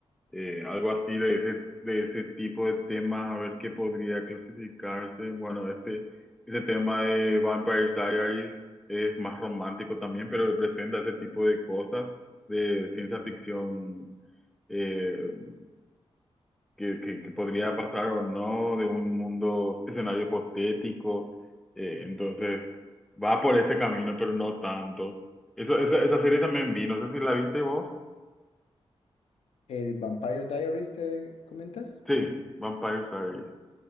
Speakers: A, in the centre; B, on the left.
A: eh, algo así de ese, de ese tipo de temas, a ver qué podría clasificarse. Bueno, este, este tema de Vampire Diaries es más romántico también, pero presenta ese tipo de cosas de ciencia ficción eh, que, que- que podría pasar o no, de un mundo, escenario hipotético. eh, entonces, va por ese camino, pero no tanto. Eso, esa, esa serie también vi, no sé si la viste vos.
B: ¿El Vampire Diaries te comentas?
A: Sí, Vampire Diaries.